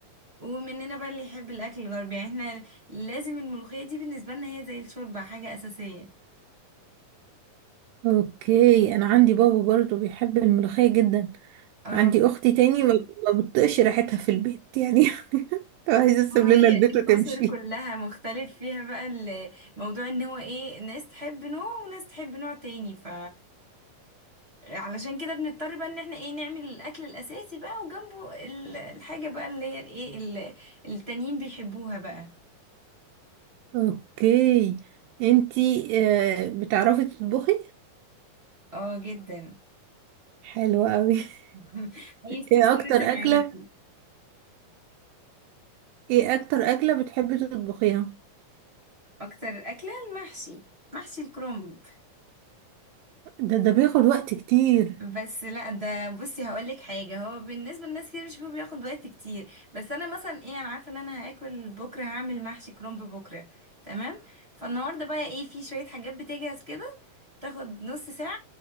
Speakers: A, on the right (about 25°); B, on the right (about 85°).
A: ومننا بقى اللي يحب الاكل الغربي يعني احنا لازم الملوخيه دي بالنسبه لنا هي زي الشوربه حاجه اساسيه
B: <laughs> اوكي انا عندي بابا برضه بيحب الملوخية جدا
A: اه
B: عندي اختي تاني ما ما بتطقش ريحتها في البيت يعني <laughs> عايزة تسيب
A: ما هو
B: لنا
A: هي
B: البيت
A: الأسر
B: وتمشي
A: كلها مختلف فيها بقى الموضوع ان هو ايه ناس تحب نوع وناس تحب نوع تاني ف علشان كده بنضطر بقى ان احنا ايه نعمل الأكل الأساسي بقى وجنبه ال- الحاجة بقى اللي هي ايه ال- التانيين بيحبوها بقى
B: اوكي انتي آه، بتعرفي تطبخي؟
A: اه جدا
B: حلو قوي <laughs>
A: <laughs> عايز تفصلي
B: ايه اكتر اكلة
A: انا معاكي
B: ايه اكتر اكلة بتحبي تطبخيها؟
A: اكتر أكلة المحشي محشي الكرنب
B: ده ده بياخد وقت كتير
A: بس لا ده بصي هقول لك حاجه هو بالنسبه لناس كتير بيشوفوه بياخد وقت كتير بس انا مثلا ايه انا عارفه ان انا هاكل بكره هعمل محشي كرنب بكره تمام فالنهارده بقى ايه في شويه حاجات بتجهز كده تاخد نص ساعه